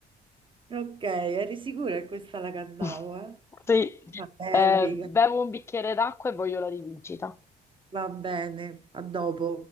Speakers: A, on the right; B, on the left.
A: Ok, eri sicura che questa la cantavo,
B: <laughs>
A: eh?
B: Sì,
A: Vabbè,
B: Eh,
A: figa.
B: bevo un bicchiere d'acqua e voglio la rivincita.
A: Va bene, a dopo.